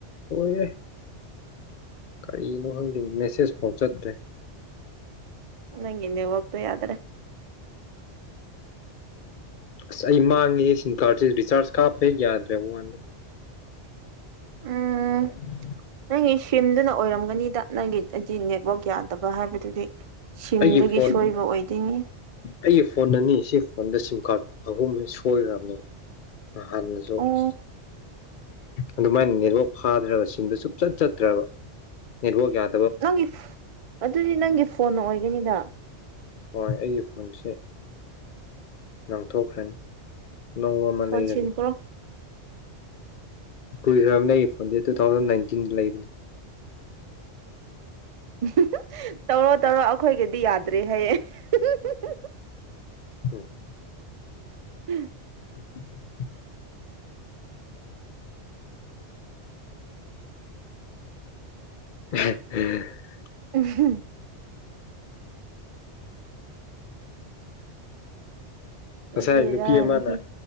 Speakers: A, on the left (about 50°); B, on the right (about 45°).
A: ꯌꯥ ꯀꯔꯤꯅꯣ ꯈꯪꯗꯦ ꯃꯦꯁꯦꯁ ꯐꯥꯎ ꯆꯠꯇ꯭ꯔꯦ
B: ꯅꯪ ꯏꯅꯦ ꯑꯣꯄ ꯌꯥꯗ꯭ꯔꯦ
A: ꯑꯁ ꯑꯩ ꯃꯥꯡꯉꯤ ꯁꯤꯝ ꯀꯥꯔꯗꯁꯦ ꯔꯤꯆꯥꯔꯖ ꯀꯥꯞꯄ ꯍꯦꯛ ꯌꯥꯗ꯭ꯔꯦꯕ ꯋꯥꯟꯗ
B: ꯎꯝ
A: ꯎ
B: ꯅꯪꯒꯤ ꯁꯤꯝꯗꯨꯅ ꯑꯣꯏꯔꯝꯒꯅꯤꯗ ꯅꯪꯒꯤ ꯍꯥꯏꯗꯤ ꯅꯦꯠꯋꯥꯛ ꯌꯥꯗꯕ ꯍꯥꯏꯕꯗꯨꯗꯤ ꯁꯤꯝꯗꯒꯤ
A: ꯑꯩꯒꯤ ꯐꯣꯟ
B: ꯁꯣꯏꯕ ꯑꯣꯏꯗꯣꯏꯅꯤ
A: ꯑꯩꯒꯤ ꯐꯣꯟ ꯑꯅꯤ ꯁꯤ ꯑꯩꯉꯣꯟꯗ ꯁꯤꯝ ꯀꯥꯔꯗ ꯑꯍꯨꯝ ꯁꯣꯏꯈꯔꯕꯅꯤ ꯍꯥꯟꯅꯁꯨ
B: ꯑꯣ
A: ꯑꯁ ꯑꯗꯨꯃꯥꯏꯅ ꯅꯦꯠꯋꯥꯛ ꯐꯥꯗ꯭ꯔꯒ ꯁꯤꯝꯗ ꯁꯨꯞꯆꯠ ꯆꯠꯇ꯭ꯔꯕ ꯅꯦꯠꯋꯥꯛ ꯌꯥꯗ
B: ꯅꯪꯒꯤ ꯑꯗꯨꯗꯤ ꯅꯪꯒꯤ ꯐꯣꯟ ꯑꯣꯏꯒꯅꯤꯗ
A: ꯍꯣꯏ ꯑꯩꯒꯤ ꯐꯣꯟꯁꯦ ꯂꯪꯊꯣꯛꯈ꯭ꯔꯅꯤ ꯑꯅꯧꯕ ꯑꯃ
B: ꯐꯣꯟ
A: ꯂꯩꯔꯒꯦ
B: ꯁꯤꯟꯈ꯭ꯔꯣ
A: ꯀꯨꯏꯈ꯭ꯔꯕꯅꯦ ꯑꯩ ꯐꯣꯟꯖꯦ ꯇꯨ ꯊꯥꯎꯖꯟ ꯅꯥꯏꯟꯇꯤꯟ ꯗ ꯂꯩꯕꯅꯦ
B: ꯎ ꯍꯨꯝ ꯍꯨꯝ ꯇꯧꯔꯣ ꯇꯧꯔꯣ ꯑꯈꯣꯏꯒꯤꯗꯤ ꯌꯥꯗ꯭ꯔꯦ ꯍꯥꯏꯌꯦ ꯑꯍꯦ ꯍꯨꯝ ꯍꯨꯝ ꯍꯨꯝ
A: ꯎꯝ
B: ꯎꯝ
A: <inaudible> ꯂꯧꯁꯤꯟꯕ ꯉꯝꯗꯕ
B: ꯎꯍꯨꯝ
A: ꯉꯁꯥꯏ
B: ꯕꯦꯔꯥꯅꯤꯍꯦ
A: ꯅꯨꯄꯤ ꯑꯃꯅ